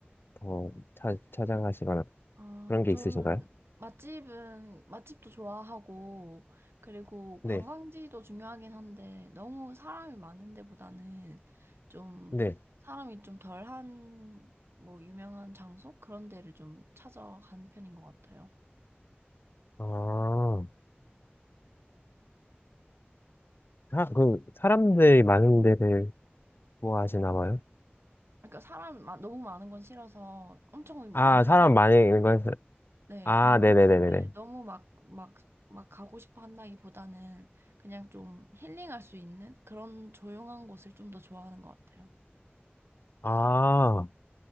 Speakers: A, on the left; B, on the right.
A: 더 찾, 찾아가시거나
B: 아,
A: 그런 게
B: 저는
A: 있으신가요?
B: 맛집은, 맛집도 좋아하고, 그리고
A: 네,
B: 관광지도 중요하긴 한데, 너무 사람이 많은 데보다는 좀,
A: 네.
B: 사람이 좀 덜한, 뭐, 유명한 장소? 그런 데를 좀 찾아가는 편인 것 같아요.
A: 아. 사, 그, 사람들이 많은 데를 좋아하시나 봐요?
B: 그러니까 사람 마- 너무 많은 건 싫어서 엄청 막
A: 아,
B: 유명한,
A: 사람 많이 있는 거,
B: 네,
A: 아,
B: 관광지를
A: 네네네네네.
B: 너무 막, 막, 막 가고 싶어 한다기보다는 그냥 좀 힐링할 수 있는 그런 조용한 곳을 좀 더 좋아하는 것 같아요.
A: 아,